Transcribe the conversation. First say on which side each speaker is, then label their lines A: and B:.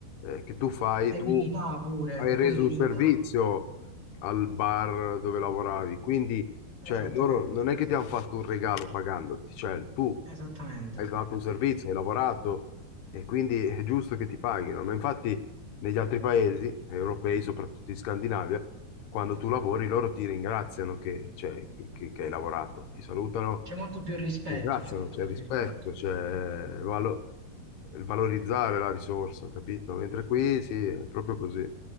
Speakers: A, on the left (about 80°); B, on the right (about 25°).
A: eh, che tu fai,
B: è
A: tu
B: dignità pure,
A: hai
B: è
A: reso
B: pure dignità.
A: un servizio al bar dove lavoravi, quindi
B: Esattamente,
A: cioè, loro non è che ti hanno fatto un regalo pagandoti, cioè tu
B: esattamente,
A: hai
B: sì.
A: fatto un servizio, hai lavorato e quindi è giusto che ti paghino. Ma infatti negli altri paesi europei, soprattutto in Scandinavia, quando tu lavori loro ti ringraziano che, cioè, che che- che hai lavorato, ti salutano
B: C'è molto più rispetto,
A: ringraziano,
B: c'è molto
A: c'è
B: più
A: il rispetto,
B: rispetto.
A: c'è il valo- il valorizzare la risorsa, capito? Mentre qui sì, è proprio così,